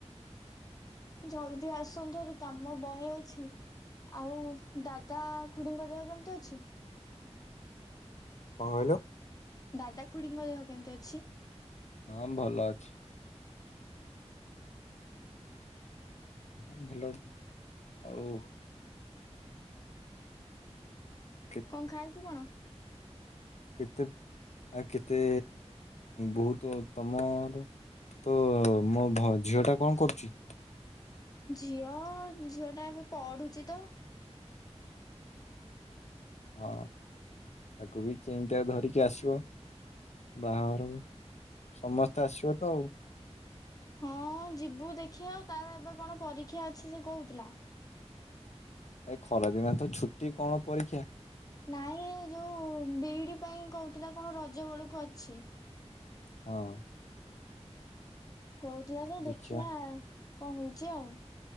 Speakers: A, on the left; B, on the left.
A: ଜଲଦି ଆସନ୍ତୁ ହେରି କାମ ବହେ ଅଛି। ଆଉ ଦାଦା ଖୁଡିଙ୍କ ଦେହ କେମିତି ଅଛି?
B: କଣ କଇଲୁ?
A: ଦାଦା ଖୁଡିଙ୍କ ଦେହ କେମିତି ଅଛି?
B: ହଁ ଭଲ ଅଛି ହଁ ଭଲ ଆଉ କେ
A: କଣ ଖାଇଛୁ କଣ?
B: କେତେ ଆ କେତେ ବହୁତ ତମର ତୋ-ମୋ-ଭ ଝିଅ ଟା କଣ କରୁଚି?
A: ଝିଅ ଝିଅ ଟା ଏବେ ପଢୁଚି ତ
B: ହଁ ତାକୁ ବି <unintelligible> ଧରିକି ଆସିବ ବାହାଘର। ସମସ୍ତେ ଆସିବ ତ ଆଉ
A: ହଁ ଯିବୁ ଦେଖିଆ ଆଉ ତାର ଏବେ କଣ ପରୀକ୍ଷା ଅଛି ସେ କହୁଥିଲା।
B: ଏ ଖରା ଦିନ ତ ଛୁଟି। କଣ ପରୀକ୍ଷା?
A: ନାଇଁ ଯୋଉ ବି ଇ ଡି ପାଇଁ କହୁଥିଲା କଣ ରଜ ବେଳକୁ ଅଛି।
B: ହଁ।
A: କଉଥିଲା ତ
B: ଦେଖିବା
A: ଦେଖିଆ। କଣ ହଉଛି ଆଉ।